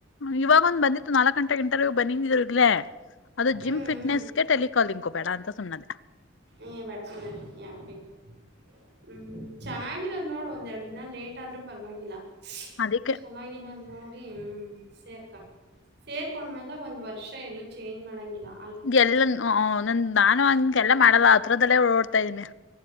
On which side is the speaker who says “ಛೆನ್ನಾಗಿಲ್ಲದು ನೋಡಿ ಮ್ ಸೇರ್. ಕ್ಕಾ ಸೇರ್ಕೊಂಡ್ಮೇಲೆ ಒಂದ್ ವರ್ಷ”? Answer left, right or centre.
Right